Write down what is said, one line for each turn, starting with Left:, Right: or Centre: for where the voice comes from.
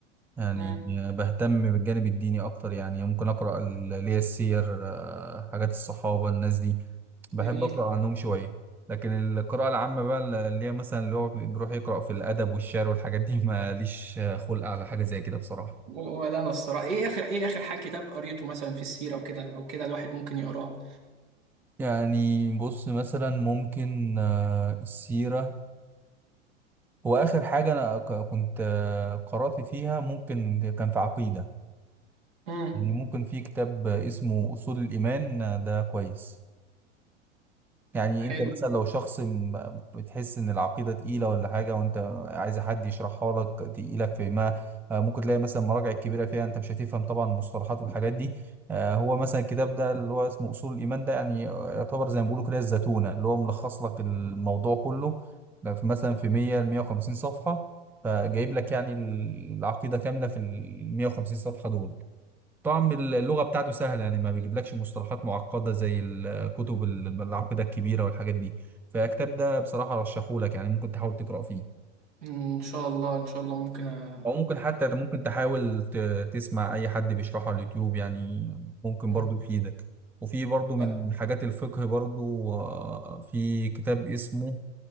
Centre: يعني
Right: امم
Centre: آه، بهتم بالجانب الديني اكتر يعني ممكن اقرا ال- اللي هي السير آه، حاجات الصحابه الناس دي بحب
Right: جميل
Centre: اقرا عنهم شويه لكن القراءه العامه بقى اللي هي مثلا اللي هو بيروح يقرا في الادب والشعر والحاجات دي ماليش آه، خلق على حاجه زي كده بصراحه
Right: و- ولا انا الصراحة ايه اخر ايه اخر حاجة كتاب قريته مثلا في السيرة وكده او كده الواحد ممكن يقراه
Centre: يعني بص مثلا ممكن آه، السيرة هو آخر حاجة أنا ك- كنت آه، قرأت فيها ممكن كان في عقيدة
Right: امم
Centre: يعني ممكن في كتاب اسمه أصول الإيمان آه، ده كويس يعني
Right: حلو
Centre: انت مثلا لو شخص م- بتحس ان العقيدة تقيلة ولا حاجة وانت عايز حد يشرحها لك تقيلة في ما آه، ممكن تلاقي مثلا مراجع كبيرة فيها انت مش هتفهم طبعا المصطلحات والحاجات دي آه، هو مثلا الكتاب ده اللي هو اسمه اصول الايمان ده يعني يعتبر زي ما بيقولوا كده الزتونة اللي هو ملخص لك الموضوع كله ده في- مثلا في 100 ل 150 صفحة فجايب لك يعني العقيدة كاملة في ال 150 صفحة دول طبعا اللغة بتاعته سهلة يعني ما بيجيبلكش مصطلحات معقدة زي الكتب العقيدة الكبيرة والحاجات دي فالكتاب ده بصراحة رشحهولك يعني ممكن تحاول تقرأ فيه
Right: مم، ان شاء الله ان شاء الله ممكن أ...
Centre: أو ممكن حتى ممكن تحاول ت- تسمع أي حد بيشرحه على اليوتيوب يعني ممكن
Right: مم.
Centre: برضو يفيدك وفي برضو من
Right: أ-
Centre: حاجات الفقه برضو آه، في كتاب اسمه